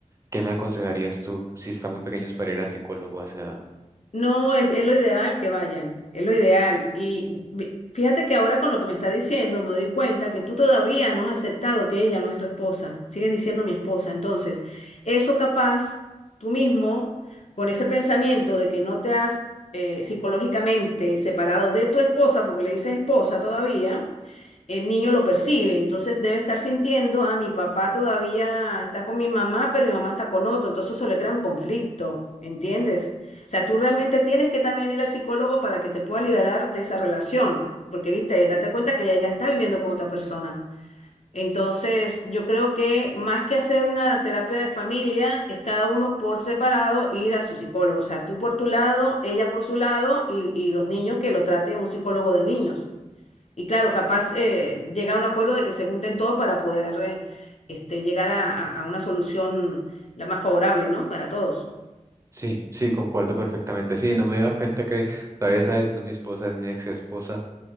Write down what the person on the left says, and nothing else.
No, es, es lo ideal que vayan, es lo ideal. Y vi- fíjate que ahora con lo que me está diciendo me doy cuenta que tú todavía no has aceptado que ella no es tu esposa, sigues diciendo mi esposa. Entonces, eso capaz tú mismo, con ese pensamiento de que no te has eh, psicológicamente separado de tu esposa, porque le dices esposa todavía el niño lo percibe, entonces debe estar sintiendo, ah, mi papá todavía está con mi mamá, pero mi mamá está con otro, entonces eso le crea un conflicto, ¿entiendes? O sea, tú realmente tienes que también ir al psicólogo para que te pueda liberar de esa relación, porque, viste, date cuenta que ella ya está viviendo con otra persona. Entonces, yo creo que más que hacer una terapia de familia, es cada uno por separado ir a su psicólogo. O sea, tú por tu lado, ella por su lado y, y los niños que lo trate un psicólogo de niños. Y claro, capaz eh, llegar a un acuerdo de que se junten todos para poder eh, este, llegar a, a- a una solución la más favorable, ¿no? Para todos.